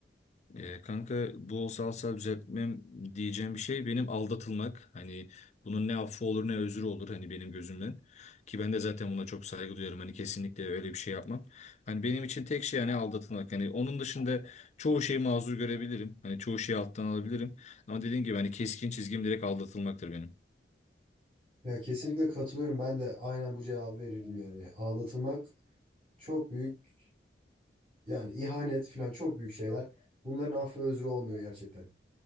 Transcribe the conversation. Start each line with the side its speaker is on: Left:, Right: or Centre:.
Left: E, kanka bu olsa alsa düzeltmem diyeceğim bir şey benim aldatılmak. Hani bunun ne affı olur ne özrü olur hani benim gözümden. Ki ben de zaten buna çok saygı duyarım. Hani kesinlikle öyle bir şey yapmam. Hani benim için tek şey hani aldatılmak. Hani onun dışında çoğu şeyi mazur görebilirim. Hani çoğu şeyi alttan alabilirim. Ama dediğim gibi hani keskin çizgim direkt aldatılmaktır benim.
Right: Ya kesinlikle katılıyorum. Ben de aynen bu cevabı verirdim yani. Ağlatılmak çok büyük yani ihanet falan çok büyük şeyler. Bunların affı özrü olmuyor gerçekten.